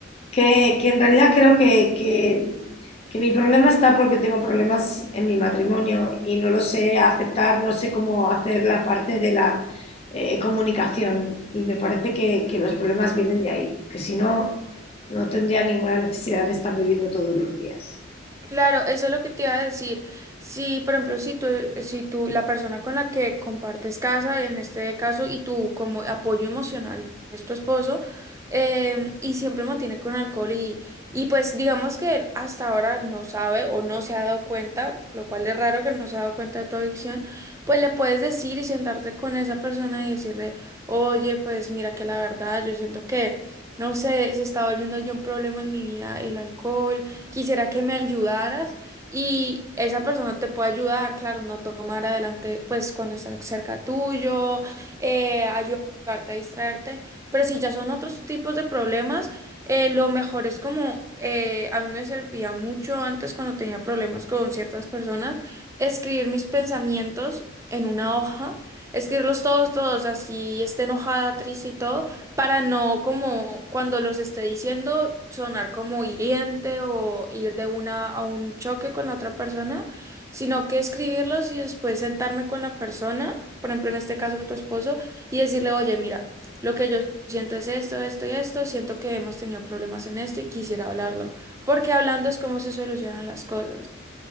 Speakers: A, on the left; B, on the right.
A: que, que en realidad creo que, que, que mi problema está porque tengo problemas en mi matrimonio y no lo sé aceptar, no sé cómo hacer la parte de la eh, comunicación y me parece que, que los problemas vienen de ahí, porque si no, no tendría ninguna necesidad de estar viviendo todos los días.
B: Claro, eso es lo que te iba a decir. Si, por ejemplo, si tú, si tú, la persona con la que compartes casa, en este caso, y tú como apoyo emocional es tu esposo, em, y siempre mantiene con alcohol y, y pues digamos que él hasta ahora no sabe o no se ha dado cuenta, lo cual es raro que no se ha dado cuenta de tu adicción, pues le puedes decir y sentarte con esa persona y decirle, oye, pues mira que la verdad, yo siento que, no sé, se está volviendo yo un problema en mi vida el alcohol quisiera que me ayudaras y esa persona te puede ayudar, claro, no tomar adelante, pues cuando está cerca tuyo, eh, ayudarte a distraerte, pero si ya son otros tipos de problemas, eh, lo mejor es como, eh, a mí me servía mucho antes cuando tenía problemas con ciertas personas, escribir mis pensamientos en una hoja, escribirlos todos, todos, así esté enojada, triste y todo para no como cuando los esté diciendo sonar como hiriente o ir de una a un choque con la otra persona, sino que escribirlos y después sentarme con la persona, por ejemplo en este caso tu esposo, y decirle, oye, mira, lo que yo siento es esto, esto y esto, siento que hemos tenido problemas en esto y quisiera hablarlo, porque hablando es como se solucionan las cosas.